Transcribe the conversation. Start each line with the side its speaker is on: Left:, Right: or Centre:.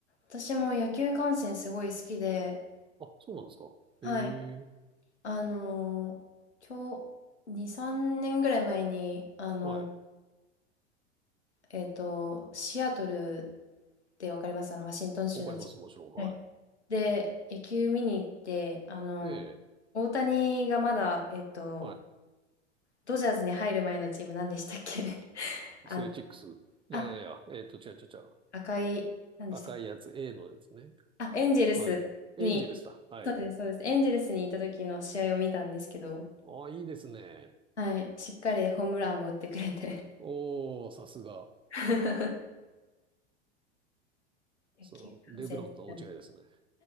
Left: 私も野球観戦すごい好きで、
Right: あ、そうなんですか。
Left: はい。
Right: ええ、
Left: あのー、今日、2、3年ぐらい前に、あの、
Right: はい。
Left: えっと、シアトルってわかりますあの、ワシントン州の近く。
Right: わかります、もちろん。はい。
Left: はい。で、野球見に行って、あの、
Right: ええ、
Left: 大谷がまだ、えっと、
Right: はい。
Left: ドジャーズに入る前のチーム何でしたっけ <laughs> あの、
Right: アスレチックス。じゃあ、
Left: あ、
Right: いや、えっと、違う違う違う。
Left: 赤い、何でしたっけ
Right: 赤いやつ、A のやつね。
Left: あ、エンジェルスに
Right: はい。エンジェルスだ。はい。
Left: そうです、そうです。エンゼルスにいた時の試合を見たんですけど、
Right: あ、いいですね。
Left: はい、しっかりホームランも打ってくれて。
Right: おー、さすが。
Left: <laughs> 野球観戦してたん
Right: その、レブロンとは大違いですね。